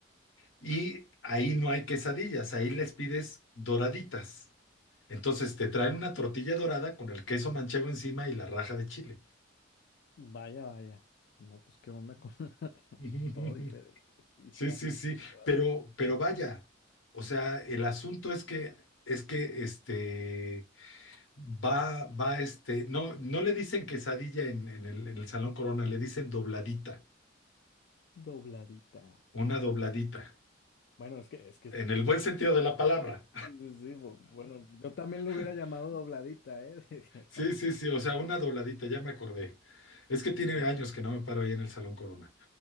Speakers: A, on the left; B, on the left.
A: Y ahí no hay quesadillas, ahí les pides doraditas. Entonces te traen una tortilla dorada con el queso manchego encima y la raja de chile.
B: Vaya, vaya. No, pues qué onda con <laughs>
A: <laughs>
B: todo diferente. Sí, está
A: Sí, sí, sí,
B: guau,
A: pero, pero vaya, o sea, el asunto es que, es que, este, va, va, este, no, no le dicen quesadilla en, en el, en el Salón Corona, le dicen dobladita,
B: dobladita.
A: una dobladita,
B: Bueno, es que, es que,
A: en
B: sí,
A: el buen sentido de la palabra.
B: sí, sí, bu- bueno, yo también lo hubiera
A: <laughs>
B: llamado dobladita, ¿eh? <laughs> Dije,
A: Sí,
B: "Ah,
A: sí, sí, o sea, una dobladita, ya me acordé. Es que
B: Ujú,
A: tiene años que no me paro ahí en el Salón Corona.